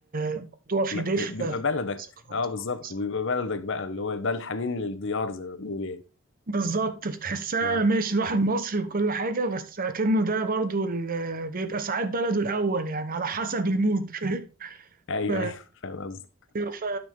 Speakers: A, on the right; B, on the left.
A: الموضوع فيه
B: ما-
A: دفء
B: بيبقى
A: آه،
B: بلدك
A: ذكريات
B: اه بالظبط
A: كويسه
B: وبيبقى بلدك بقى اللي هو ده الحنين للديار زي ما بنقول يعني
A: بالظبط بتحسها
B: اه
A: ماشي الواحد مصري وكل حاجه بس اكنه ده برضو ال- بيبقى ساعات بلده الاول يعني على حسب المود فاهم
B: ايوه
A: ف-
B: ايوه <laughs> فاهم قصدك
A: أيوة، ف-